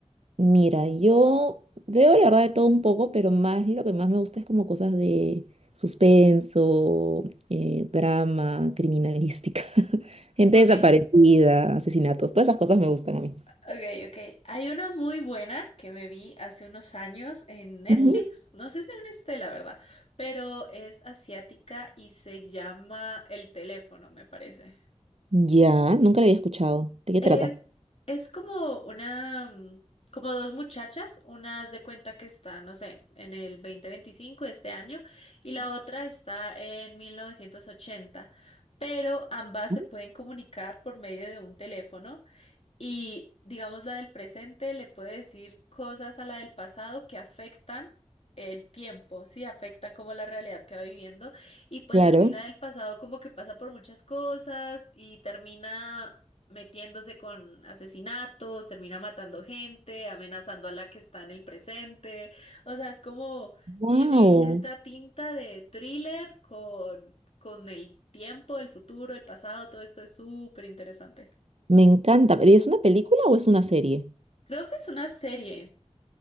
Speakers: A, on the right; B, on the left.
A: Mira, yo veo la verdad de todo un poco, pero más lo que más me gusta es como cosas de suspenso, eh, drama, criminalística, <laughs> gente
B: Ok,
A: desaparecida, asesinatos, todas esas cosas me gustan a mí.
B: ok, ok. Hay una muy buena que me vi hace unos años en Netflix.
A: Ujú.
B: No sé si aún esté, la verdad, pero es asiática y se llama El teléfono, me parece.
A: Ya, nunca la había escuchado. ¿De qué
B: Es,
A: trata?
B: es como una, mm, como dos muchachas, una haz de cuenta que está, no sé, en el dos mil veinticinco de este año y la otra está en mil novecientos ochenta pero ambas
A: Ujú.
B: se pueden comunicar por medio de un teléfono y digamos, la del presente le puede decir cosas a la del pasado que afectan el tiempo, sí, afectan como la realidad que va viviendo. Y pues
A: Claro.
B: en sí la del pasado como que pasa por muchas cosas y termina metiéndose con asesinatos, termina matando gente, amenazando a la que está en el presente. O sea, es como
A: Wow,
B: tiene esta tinta de thriller con, con el tiempo, el futuro, el pasado, todo esto es súper interesante.
A: me encanta. ¿Pero es una película o es una serie?
B: Creo que es una serie.